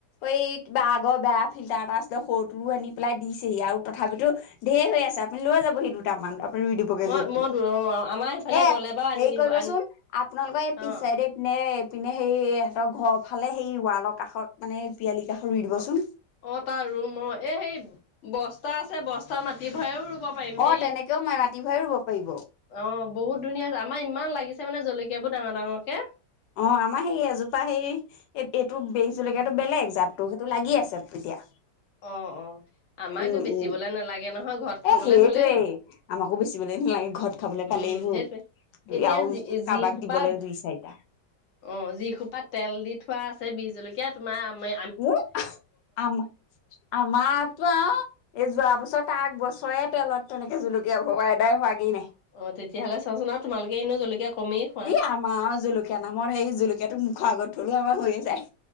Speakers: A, on the left; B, on the left.
A: এই কিবা আগৰ বেয়া ফিল্টাৰ এটা আছিলে সৰুটো আনি পেলাই দি দি আৰু তথাপিতো ধঢেৰ হৈ আছে আপুনি লৈ যাব সি দুটামান ৰুই দিবগে
B: মই
A: য'তটো
B: মই দূৰ আমাৰ সেইফালে
A: এ
B: গ'লে বাৰু আনিব
A: হেৰি কৰিবচোন
B: আনি
A: আপোনালোকৰ এই পিছাইদ
B: অ
A: নে পিনে সেই সহঁতৰ ঘৰ ফালে সেই ৱালৰ কাষত মানে এই পিয়ালি কাষত ৰুই দিবচোন
B: অ অ তাৰ ৰুম অ এই সেই বস্তা আছে বস্তা মাটি ভৰাও
A: অ
B: হে
A: তেনেকেও মাটি ভৰাই ৰুব পাৰিব
B: অ বহুত ধুনীয়া আমাৰ ইমান লাগিছে মানে জলকীয়া বোৰ ডাঙৰ ডাঙৰ কে
A: অ আমাৰ সেই এজোপা সেই এই এইটো বংচলকীয়াটো বেলেগ জাততো সেইটো লাগি আছে এতিয়া
B: আহ অ আমাকে
A: উম
B: বেচিবলে
A: উম
B: নালাগে নহয় ঘৰত খাবলে
A: এ সেইটোৱেই
B: হলেই হ'ল
A: আমাকো বেচিবলৈ নালাগে ঘৰত খাবলৈ পালেই
B: উম উ
A: হ'ল
B: সেইটোৱে এতিয়া
A: আৰু
B: যি
A: কাৰোবাক
B: যি খোপা
A: দিবলৈ দুই চাৰিটা
B: অ যিসোপাত তেল দি থোৱা আছে বিজ জলকীয়া তোমাৰ আমাৰ
A: উ আমা আমাৰতো আৰু এই যোৱা বছৰ ত আগ বছৰে তেলত তেনেকে জুকীয়া ঘা এদাই হোৱাগেই নাহে
B: অ তেতিয়াহ'লে চাচোনা তোমালোকে এনে জলকীয়া কমেই খোৱা
A: এই আমাৰ জলকীয়া নামৰ সেই জলকীয়াটো মুখৰ আগত থলেও আমাৰ হৈয়ে যায়